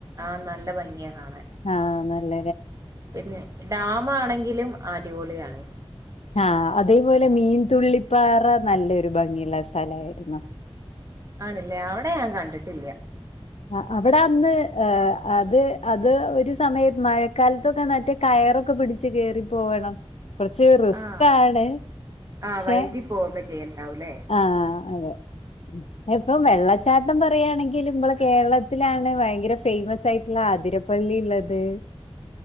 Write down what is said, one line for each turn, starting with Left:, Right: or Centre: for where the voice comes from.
Right: ആ നല്ല ഭംഗിയെ കാണാൻ
Left: ആഹ് നല്ല
Right: പിന്നെ ഡാം ആണെങ്കിലും അടിപൊളിയ ആണ്.
Left: ആഹ അതേപോലെ മീൻതുള്ളിപ്പാറ നല്ലൊരു ഭംഗിയുള്ള സ്ഥലയിരുന്നു
Right: ആണില്ലേ അവിടെ ഞാൻ കണ്ടിട്ടില്ല
Left: ആ അവിടെ അന്ന് അത് അത് ഒരു സമയത്ത് മഴക്കാലത്തൊക്കെ മറ്റേ കയറൊക്കെ പിടിച്ച് കേറി പോവണം കൊറച്ച് റിസ്കാണ്
Right: ആഹ് ആഹ്
Left: ശേ
Right: വൈകി പോവൊക്കെ ചെയ്യണ്ടാവൂല്ലേ
Left: ആഹ അതെ ഇപ്പം വെള്ളച്ചാട്ടം പറയുകയാണെങ്കിൽ നമ്മള കേരളത്തിലാണ് ഭയങ്കര ഫേമസ് ആയിട്ടുള്ള ആതിരപ്പള്ളി ഉള്ളത്.